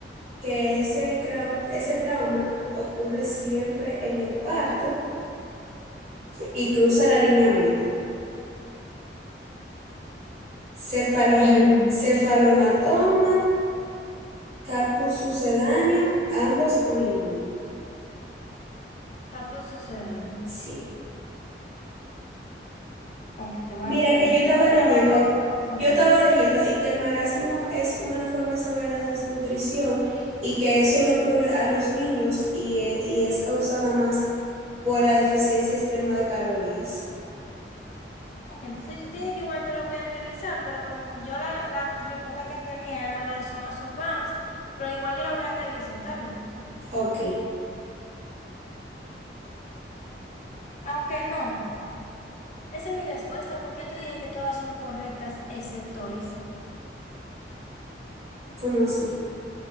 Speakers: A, on the right; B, on the left.
A: que ese, crau- ese trauma ocurre siempre en el parto y cruza la línea media. Cefalohem-
B: Eh,
A: cefalohematoma, capcus sucedáneo, ambos o ninguno.
B: cambio sucedáneo.
A: Sí.
B: Ok, te voy
A: Mira
B: a hacer
A: que
B: otra.
A: yo estaba
B: Esa en
A: leyendo,
B: verdad estaba un poco sencilla.
A: yo estaba leyendo y que el marasmo es una forma severa de desnutrición y que eso le ocurre a los niños y, eh, y es causada más por la deficiencia extrema de calorías.
B: Ok, entonces yo te dije que igual yo la voy a revisar, pero como yo la, la respuesta que tenía era lo de zonas urbanas, pero igual yo la voy a revisar, ¿está bien?
A: Ok,
B: Aunque no. Esa es mi respuesta porque yo te dije que todas son correctas excepto esa.
A: ¿cómo así?